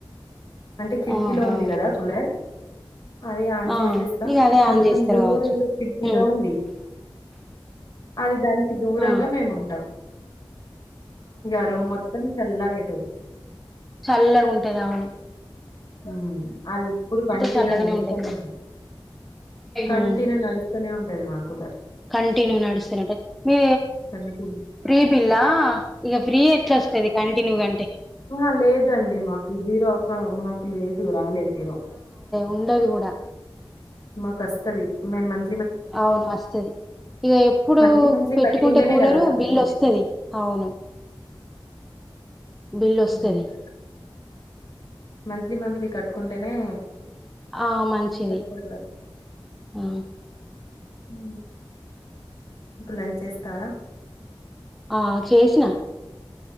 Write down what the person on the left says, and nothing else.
అంటే కిటికీలో
ఉంది కదా కూలర్ అది ఆన్
చేసేస్తాం
కొంచెం
దూరంలో
కిటికీలో
ఉంది అది దానికి దూరంగా
మేము ఉంటాం ఇగ రూమ్ మొత్తం చల్లగా అయి
యూ అది ఎప్పుడు కంటిన్యూ
నడుస్తానే
ఉన్ కంటిన్యూ
నడుస్తానే ఉంటది మా కులర్
కంటిన్యూ.
ఆహా లేదండి మాకు జీరో అక్కౌన్ మాకు లేదు రాలేదు జీరో
మాకు వస్తది మేము మన్
మంత్లీ మంత్లీ
కట్టుకుంటేనే
గదా తక్కువ
ఉంటది.
హ్మ్. మంత్లీ మంత్లీ కట్టుకుంటేనే
తక్కువ
హా ఇప్ లంచ్ చేస్తారా